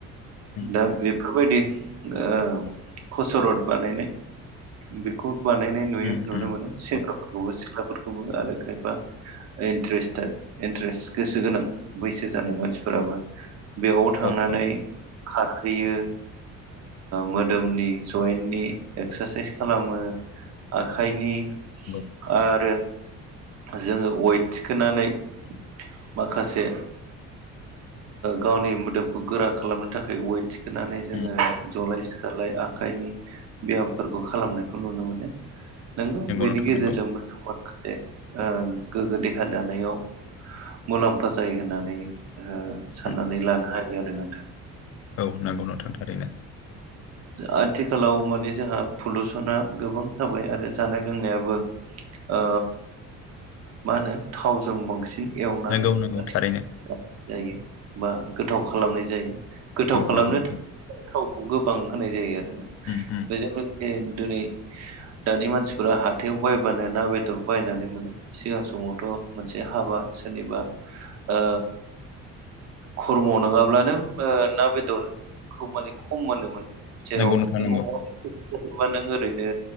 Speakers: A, on the left; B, on the right.
A: उम
B: दा बेफोरबायदि ओ कसरत बानायनाय बेखौ बानायनाय नुयो
A: उम
B: नुनो
A: उम
B: मोनो।
A: नंगौ
B: सेंग्राफोरखौबो सिख्लाफोरखौबो
A: उम
B: आरो खायफा इनथ्रेस्थेथ इनथ्रेस गोसो गोनां बैसो जानाय मानसिफो राबो बेयाव थांनानै
A: औ औ
B: खारहैयो मोदोमनि जयन्टनि एक्सारसाइस खालामो। आखाइनि
A: नंगौ नंगौ
B: आरो जोंङो वेट थिखोनानै माखासे गावनि मोदोमखौ गोरा खालामनो थाखाय वेट थिखोननानै जोंङो
A: उम
B: जलाय सिखारलाय आ खायनि बेयामफोरखौ खालामनायखौ नुनो मोनो नंगौ बेनि
A: नोंथां
B: गेजेरजोंबो
A: नंगौ
B: माखासे ओ गोगो देहा दानायाव मुलाम्फा जायो होननानै ओ
A: उम
B: साननानै
A: उम
B: लानो हायो आरो नोंथां
A: औ नंगौ नोंथां थारैनो
B: आथिखालाव माने जोंहा पलुसना गोबां जाबाय आरो जानाय लोंनायाबो ओ मा होनो थावजों बांसिन एवनानै
A: नंगौ नंगौ
B: आथि
A: थारैनो
B: जायो बा गोथाव
A: औ
B: खालामनाय जायो गोथाव
A: औ
B: खालामनो
A: नंगौ नोंथां
B: था वखौ गोबां होनाय जायो आरो ना
A: उम उम
B: बेजों लो गोसे दिनै दानि मानसिफोरा हाथायाव बायबानो ना बेदर बायनानै मोनो। सिगां समावथ' मोनसे हाबा सोरनिबा ओ खर्मआव नङाब्लानो ओ ना बेदरखौ माने खम मोनोमोन। जेराव
A: नंगौ नोंथां
B: नों
A: नंगौ
B: अमा मासे बुथारोबा नों ओरैनो